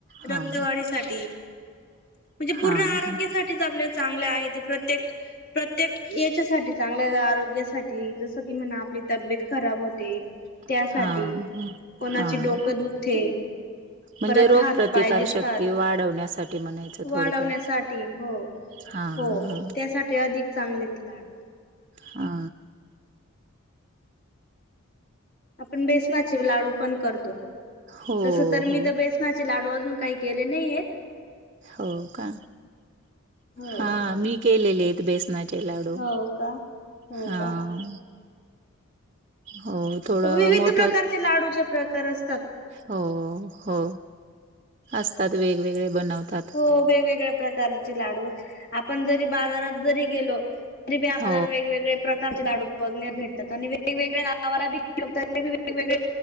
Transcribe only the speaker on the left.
रक्तवाढी सा म्हणजे पूर्ण
आरोग्यासाठीच
आपल्या चांगले आहे ते प्रत्येक प्रत्येक याच्यासाठी चांगल्या आरोग्यासाठी जस की म्हणा तब्येत खराब होते त्यासाठी
कोणाचे
डोकं दुखते
परत
हात पाय दखतात
वाढवण्यासाठी हो
हो
त्यासाठी अधिक चांगले ते लाडू.
आपण बेसनाचे लाडू पण करतो
तस तर
मी तर बेसनाचे लाडू अजून काही केले नाही आहेत
हो
हो का हो
का
विविध
प्रकारचे लाडूचे प्रकार असत
हो वेगवेगळ्या प्रकारचे लाडू आपण जरी बाजारात जरी गेलो व्यापला
वेगवेगळे कारचे लाडू बघण्यात भेटतात आणि वेगवेगळ्या गावालाात वेगवेगळे